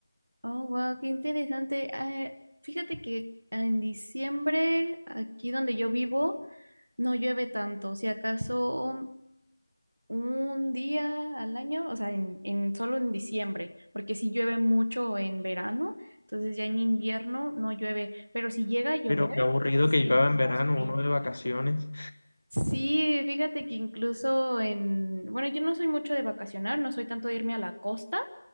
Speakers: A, on the right; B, on the left.
A: Oh, wow, qué interesante. Ah, fíjate que en diciembre, aquí donde yo vivo, no llueve tanto. Si acaso un día al año, o sea, en, en solo en diciembre, porque si llueve mucho en verano, entonces ya en invierno no llueve. Pero si llega a llover,
B: Pero qué aburrido
A: se siente
B: que llueva en
A: más
B: verano,
A: frío.
B: uno de vacaciones.
A: Sí, fíjate que incluso en, bueno, yo no soy mucho de vacacionar, no soy tanto de irme a la costa.